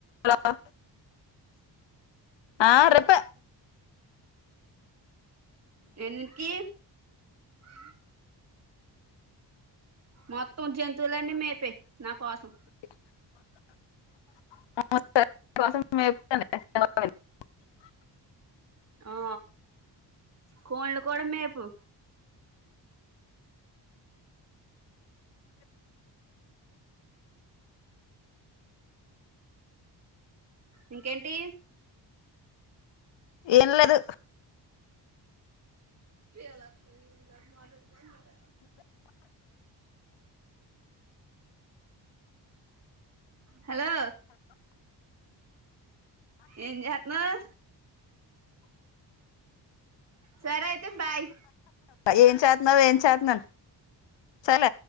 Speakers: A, on the left; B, on the right.
A: ఆ ఆ రెప్ప
B: ఎల్లికీ ఆ మ త జంతువులన్నీ మేపే నా కోసం
A: స
B: ఆ కోన్లు కూడాడ మేపు ఇంకేంటి
A: ఏం లేదు
B: క హలో ఏం చేత్నావు సరే అయితే బాయ్
A: ఏం చేతన్నా ఏం చేత్న్నా చాల